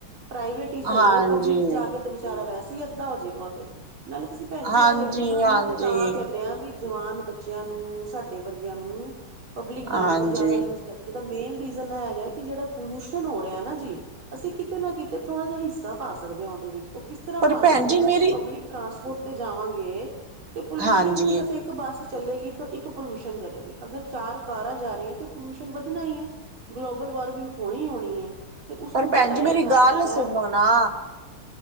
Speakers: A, on the right; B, on the right.
A: ਪ੍ਰਾਈਵੇਟ ਸਹੀ
B: ਹਾਂਜੀ
A: ਹੈ ਪਬਲਿਕ ਚ ਜਾ ਕੇ ਤੇ ਵਿਚਾਰਾ ਵੈਸੇ ਅੱਧਾ ਹੋਜੇਗਾ ਉਹ ਤੇ, ਨਾਲੇ ਤੁਸੀਂ ਭੈਣ
B: ਹਾਂਜੀ,
A: ਜੀ ਆ ਦੇਖੋ ਨਾ
B: ਹਾਂਜੀ,
A: ਅਸੀਂ ਤੇ ਤਾਂ ਕਹਿੰਦੇ ਹਾਂ ਵੀ ਜਵਾਨ ਬੱਚਿਆਂ ਨੂੰ, ਸਾਡੇ ਵਰਗਿਆਂ ਨੂੰ, ਪਬਲਿਕ
B: ਹਾਂਜੀ
A: ਟਰਾਂਸਪੋਰਟ ਜ਼ਿਆਦਾ ਯੂਜ ਜਿਹਦਾ ਮੇਨ ਰੀਜ਼ਨ ਇਹ ਹੈਗਾ ਕਿ ਜਿਹੜਾ ਪੋਲੂਸ਼ਨ ਹੋ ਰਿਹਾ ਨਾ ਜੀ, ਅਸੀਂ ਕਿਤੇ ਨਾ ਕਿਤੇ ਥੋੜਾ ਜਿਹਾ ਹਿੱਸਾ ਪਾ ਸਕਦੇ ਹਾਂ ਉਹਦੇ ਵਿੱਚ ਉਹ ਕਿਸ ਤਰ੍ਹਾਂ
B: ਪਰ
A: ਪਾ
B: ਭੈਣ
A: ਸਕਦੇ
B: ਜੀ
A: ਆ
B: ਮੇਰੀ
A: ਕਿ ਪਬਲਿਕ ਟ੍ਰਾਂਸਪੋਰਟ ਤੇ ਜਾਵਾਂਗੇ ਤੇ ਪੋਲਊਸ਼ਨ
B: ਹਾਂਜੀ
A: ਸਿਰਫ ਇੱਕ ਇੱਕ ਬੱਸ ਚੱਲੇਗੀ ਤਾਂ ਇੱਕ ਪੋਲਿਊਸ਼ਨ ਕਰੇਗੀ ਅਗਰ ਚਾਰ ਕਾਰਾਂ ਜਾ ਰਹੀਆਂ ਤੇ ਪੋਲਿਊਸ਼ਨ ਵਧਣਾ ਹੀ ਹੈ। ਗਲੋਬਲ ਵਾਰਮਿੰਗ ਹੋਣੀ -ਹੋਣੀ ਹੈ। ਤੇ ਉਸਨੂੰ
B: ਪਰ ਭੈਣ
A: ਬਚਾਇਆ
B: ਜੀ ਮੇਰੀ
A: ਜਾ
B: ਗੱਲ
A: ਸਕਦਾ
B: ਸੁਣੋ
A: ਹੈ
B: ਨਾ